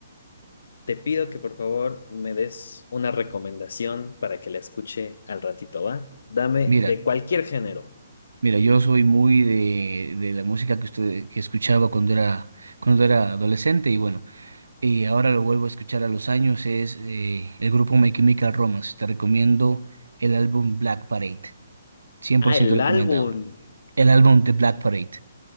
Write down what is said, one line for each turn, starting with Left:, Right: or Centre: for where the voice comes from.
Left: Te pido que por favor me des una recomendación para que la escuche al ratito, ¿va? Dame
Right: Mira,
Left: de cualquier género.
Right: mira, yo soy muy de, de la música que usted, que escuchaba cuando era, cuando era adolescente y bueno. Y ahora lo vuelvo a escuchar a los años, es eh, el grupo My Chemical Romance. Te recomiendo el álbum Black Parade, cien
Left: Ah,
Right: por
Left: el
Right: ciento recomendado.
Left: álbum.
Right: El álbum de Black Parade.